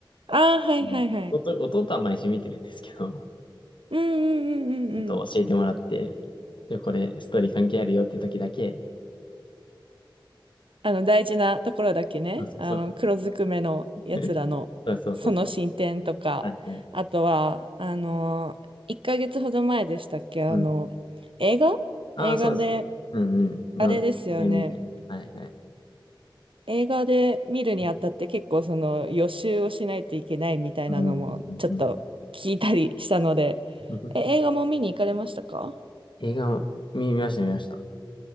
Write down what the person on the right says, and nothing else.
ああ、はいはいはい。
うんうんうんうんうん。
あの、大事なところだけね。
あの、黒ずくめのやつらの、
その進展とか、
あとは、あのー、1ヶ月ほど前でしたっけ、あの、
映画映画で、
あれですよね。
映画で見るにあたって結構その予習をしないといけないみたいなのもちょっと聞いたりしたので、
え、映画も見に行かれましたか